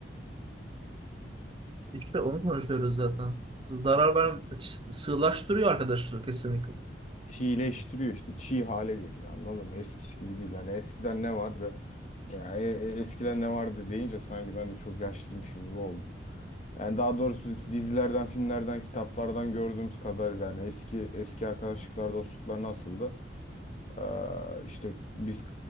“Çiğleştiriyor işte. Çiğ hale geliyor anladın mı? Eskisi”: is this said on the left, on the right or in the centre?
Left